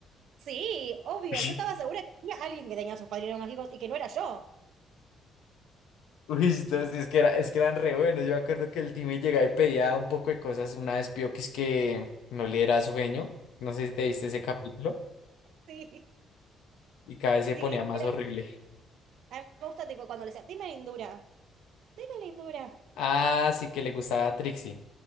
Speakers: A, on the right; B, on the left.
A: Sí, obvio.
B: <laughs>
A: Yo estaba segura que había alguien que tenía sus padrinos mágicos y que no era yo.
B: Uy, entonces es que, era, es que eran re buenos. Yo me acuerdo que el Timmy llegaba y pedía un poco de cosas. Una vez pidió que es que no le era sueño. No sé si te viste ese capítulo.
A: Sí,
B: Y cada vez se
A: sí.
B: ponía más
A: Era...
B: horrible.
A: A mí me gusta tipo cuando le decía, dime lindura, dime lindura.
B: Ah, sí que le gustaba a Trixie.